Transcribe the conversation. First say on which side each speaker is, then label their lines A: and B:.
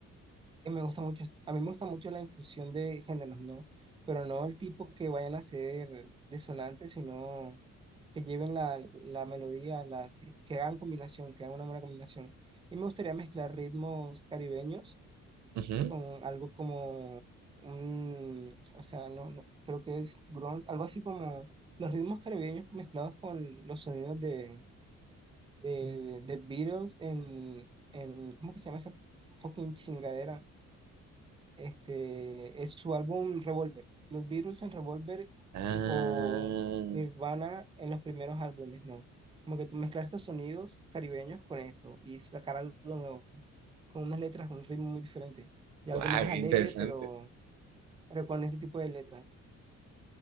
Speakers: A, on the right (about 15°); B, on the right (about 70°).
A: Que me gusta mucho, a mí me gusta mucho la infusión de géneros, ¿no? Pero no el tipo que vayan a ser desonantes, sino que lleven la, la melodía, la, que, que hagan combinación, que hagan una buena combinación. Y me gustaría mezclar ritmos caribeños
B: Ujú.
A: con algo como un, o sea, no, no, creo que es grunge, algo así como los ritmos caribeños mezclados con los sonidos de, de, de Beatles en, en, ¿cómo que se llama esa fucking chingadera? Este, es su álbum Revolver, los Beatles en Revolver
B: Ah,
A: y- o Nirvana en los primeros álbumes, ¿no? Como que tú mezclar estos sonidos caribeños con esto y sacar algo nuevo, con unas letras, un ritmo muy diferente y algo
B: guau,
A: más
B: qué
A: alegre,
B: interesante,
A: pero pero con ese tipo de letras.